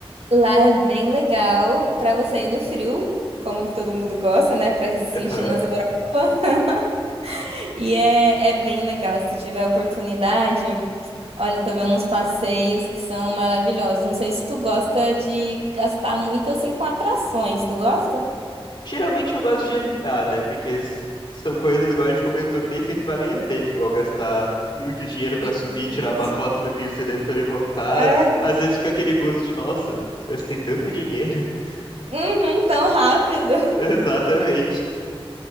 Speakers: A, on the right; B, on the left.
A: lá é bem legal para você ir no frio, como todo mundo gosta, né? Para se sentir
B: <laughs> Aham.
A: nas Europa. <laughs> E é, é bem legal, se tu tiver oportunidade. Olha, eu tô vendo uns passeios que são maravilhosos. Não sei se tu gosta de gastar muito assim com atrações, tu gosta?
B: Geralmente eu gosto de evitar, né? Porque s- são coisas, igual a gente comentou, que nem sempre valem a pena, igual gastar muito dinheiro pra
A: E-
B: subir, tirar
A: <laughs>
B: uma foto no Cristo Redentor e voltar.
A: Ah,
B: Às vezes fica aquele gosto de, nossa, gastei tanto dinheiro. <laughs>
A: uhum, tão rápido.
B: Exatamente.